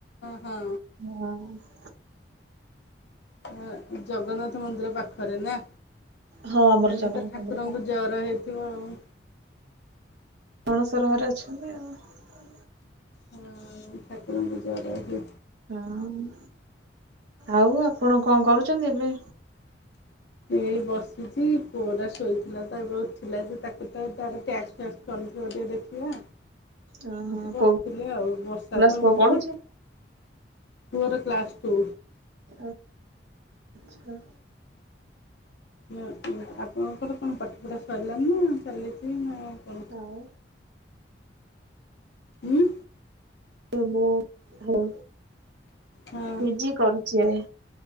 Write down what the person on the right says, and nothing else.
ହଁ।
ହଁ ଆମର
ଜଗନ୍ନାଥ
ମନ୍ଦିର
ଅଣସର ଘରେ ଅଛନ୍ତି ଆଉ।
ହଁ। ଆଉ ଆପଣ କଣ କରୁଚନ୍ତି ଏବେ?
ଓହୋ
କୋଉ
କ୍ଲାସ୍
ପୁଅ
ପଢୁଛି?
ଆ-ଚ୍ଛା।
ଆଉ
ଏବ ମୁଁ
ପିଜି କରୁଛି।